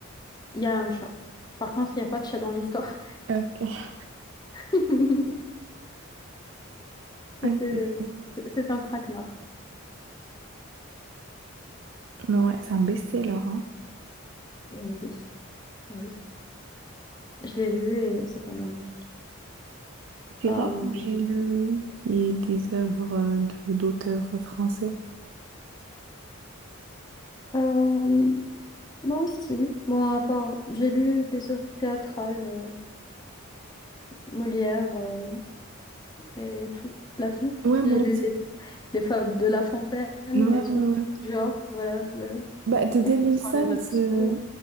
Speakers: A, on the left; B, on the right.
A: Il y a un chat. Par contre, il n'y a pas de chat dans l'histoire.
B: Ok.
A: <laughs>
B: Ok,
A: C'était,
B: je vois.
A: c'est un traquenard.
B: Non, ouais, c'est un best-seller, hein.
A: Et oui, ah oui, je l'ai lu et c'était magnifique.
B: C'est
A: Euh,
B: rare où j'ai lu et des œuvres euh, de d'auteurs français.
A: euh, moi aussi. Bon, à part, j'ai lu des œuvres théâtrales, euh, Molière euh, et toute la clique.
B: Ouais, moi
A: J'ai lu
B: aussi.
A: les, les fables de La Fontaine,
B: Ouais,
A: les trucs
B: ouais, ouais.
A: du genre, voilà. le-
B: Bah, Dédé
A: Je pense
B: Wilson,
A: qu'on les a tous
B: euh,
A: lus.